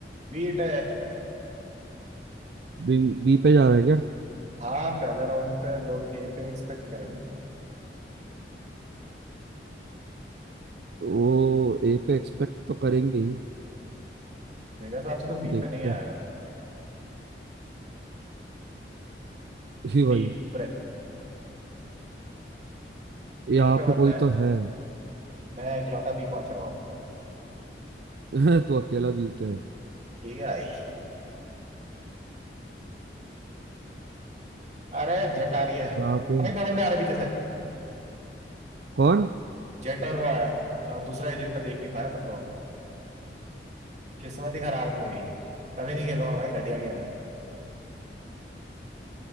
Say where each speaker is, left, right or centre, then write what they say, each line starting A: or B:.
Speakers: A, on the right; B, on the right.
A: बीट
B: बी बी पे जा रहा है क्या
A: हाँ पहले राउंड पे लोग ए पे एक्सपेक्ट करेंगे
B: वो ए पे एक्सपेक्ट तो करेंगे ही
A: मेरे हिसाब से तो बी
B: देखते
A: पे नहीं
B: हैं
A: आएगा
B: ही भाई
A: Deep breath
B: यहाँ
A: ए पे
B: पे
A: बंदा
B: कोई
A: है
B: तो है
A: मैं इकलौता बी पहुंचा हुआ हूँ
B: <laughs> तू अकेला बी पे है
A: ठीक है भाई अरे जेट आ रही है
B: यहाँ पे
A: भाई दो बंदे आ रहे पीछे से
B: कौन
A: जेट और वो आया अ, दूसरा एजेंट मैं देख नहीं पाया पर तो किस्मत ही खराब है मेरी कभी नहीं खेलूंगा भाई घटिया गेम है